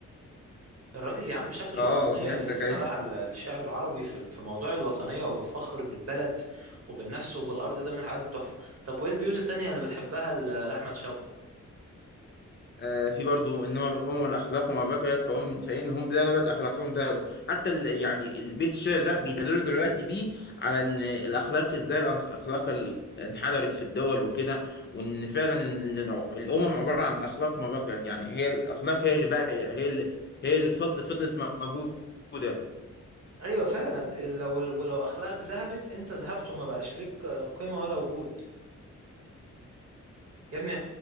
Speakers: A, on the right; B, on the left.
A: الراجل يا عم شكل
B: اه
A: الوطنية
B: فهمتك
A: الصراحة
B: أيوة.
A: ال- الشعر العربي في ال- في موضوع الوطنية والفخر بالبلد وبالنفس وبالأرض ده من الحاجات التحفة طب وإيه البيوت التانية اللي بتحبها ل- لأحمد شوقي
B: آه، في برضو انما الامم الاخلاق وما بقيت فهم فانهم ذهبت اخلاقهم ذهبوا حتى ال يعني البيت الشعر ده بيدللوا دلوقتي بيه على ان الاخلاق ازاي الاخلاق ال- انحدرت في الدول وكده وان فعلا ان إن الع- الامم عباره عن اخلاق ما بقيت يعني هي الاخلاق هي اللي باقيه هي اللي هي اللي فضل- فضلت موجوده
A: أيوة فعلا لو ولو أخلاقك ذهبت أنت ذهبت وما بقاش ليك قيمة ولا وجود يا ابني